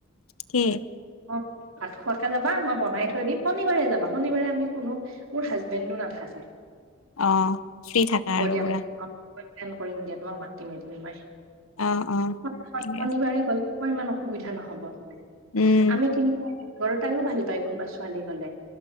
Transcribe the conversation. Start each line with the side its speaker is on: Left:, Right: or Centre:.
Left: কি?
Right: অ, ভাত খোৱাকে যাবা মই বনাই থৈ দিম শনিবাৰে যাবা শনিবাৰে আমি কোনো মোৰ হাজবেণ্ডো নাথাকে।
Left: অ, ফ্ৰী থাকা
Right: হ'ব
Left: আৰু
Right: দিয়া
Left: পুৰা?
Right: মোক <unintelligible> কৰিম দিয়া তোমাক মাতিম এদিন মই
Left: অ', অ'।
Right: <unintelligible>
Left: ঠিকে
Right: শনিবাৰে
Left: আছে।
Right: গ'লে তোমাৰ ইমান অসুবিধা নহব মানে
Left: উম,
Right: আমি তিনিটা <unintelligible> তাইও ভাল পায় কোনোবা ছোৱালী গ'লে